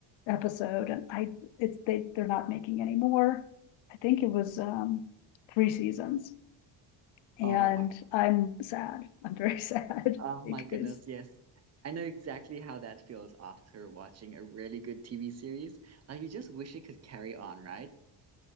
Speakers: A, on the left (about 80°); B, on the right (about 35°).
A: episode and I, it's, they, they're not making any more. I think it was, um, three seasons and
B: Oh wow.
A: I'm sad. I'm very sad
B: Oh
A: <laughs>
B: my
A: because
B: goodness, yes. I know exactly how that feels after watching a really good TV series. Like you just wish it could carry on, right?